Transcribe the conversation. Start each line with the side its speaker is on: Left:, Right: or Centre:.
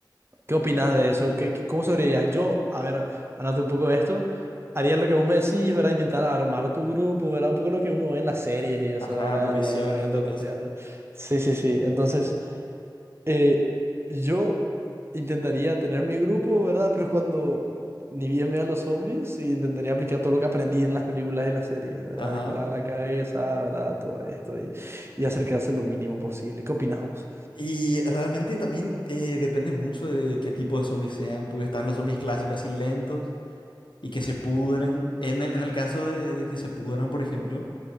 Right: ¿Qué opinas de eso? ¿Qué, qué- cómo sobrevivirías? Yo, a ver, hablando un poco de esto, haría lo que vos me decís, ¿verdad? Intentar armar tu grupo, ¿verdad? Un poco lo que uno ve en las series y eso,
Left: Ajá,
Right: ¿verdad?
Left: prohibiciones,
Right: En los medios
Left: todo
Right: de entretenimiento.
Left: eso.
Right: Sí, sí, sí. Entonces, eh, yo intentaría tener mi grupo, ¿verdad? Pero cuando ni bien vea los zombies, sí, intentaría aplicar todo lo que aprendí en las películas y las series, ¿verdad?
Left: Ajá.
Right: Disparar a la cabeza, ¿verdad? Todo esto y, y acercarse lo mínimo posible. ¿Qué opinas vos?
Left: Y realmente también eh, depende mucho de qué tipo de zombies sean, porque están los zombies clásicos así lentos y que se pudren. En el, en el caso de, de que se pudran, por ejemplo,